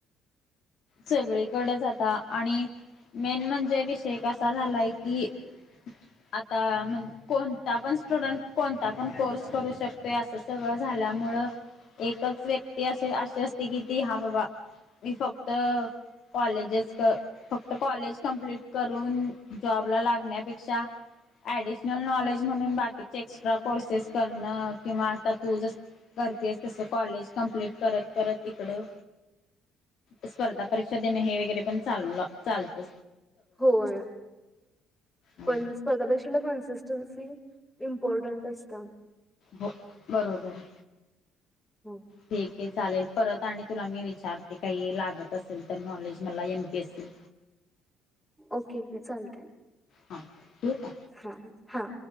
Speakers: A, on the left; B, in the centre.
A: सगळीकडेच आता, आणि मेन म्हणजे विषय कसा झालाय की- आता म्हण- कोणता पण स्टुडंट कोणता पण कोर्स करू शकतोय असं सगळं झाल्यामुळं- एकच व्यक्ती असे अशी असते की ती हा बाबा मी फक्त- कॉलेजच कर- फक्त कॉलेज कंम्प्लीट करून, जॉबला लागण्यापेक्षा ऍडिशनल नॉलेज म्हणून बाकीचे एक्स्ट्रा कोर्सेस करणं, किंवा आता तू जस करतीएस, तसं कॉलेज कंम्प्लीट करत-करत, इकडं स्पर्धा परीक्षा देणं, हे वगैरे पण चाल-चालतं.
B: होय,
A: हो
B: पण् स्पर्धा परीक्षेला कंसिस्टन्सी, इंपॉर्टन्ट असतं.
A: हो, बरोबर.
B: हम्.
A: ठीक ये चालेल, परत आणि तुला मी विचारते, काही लागत असेल तर नॉलेज, मला एमपीएस सी
B: ओके, मं चालतं,
A: हां ठीक आहे
B: हां हां.